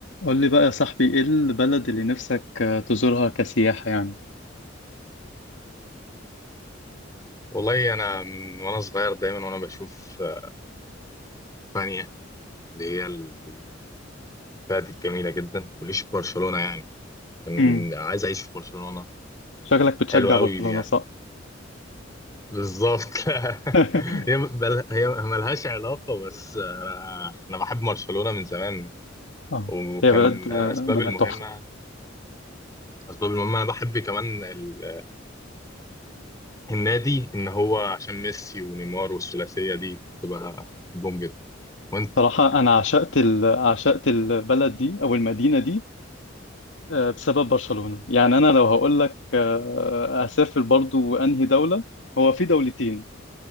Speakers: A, on the left; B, on the left.
A: قول لي بقى يا صاحبي ايه البلد اللي نفسك آه، تزورها كسياحة يعني
B: والله انا من وانا صغير دايما وانا بشوف آه، اسبانيا اللي هي البلد الجميله جدا وليش برشلونه يعني كان
A: امم
B: عايز اعيش في برشلونه
A: شكلك بتشجع
B: حلو قوي
A: برشلونة
B: يعني
A: صح
B: بالظبط <laughs>
A: <laughs>
B: هي بل... هي ملهاش علاقه بس انا انا بحب برشلونه من زمان
A: اه
B: وكان
A: هي بلد آه،
B: اسباب
A: بلد
B: المهمه
A: تحفة
B: اسباب المهمه انا بحب كمان ال... النادي ان هو عشان ميسي ونيمار والثلاثيه دي تبقى بوم جدا وانت
A: الصراحة انا عشقت ال... عشقت البلد دي او المدينة دي آه، بسبب برشلونة يعني انا لو هقول لك اسافر برضو انهي دولة هو في دولتين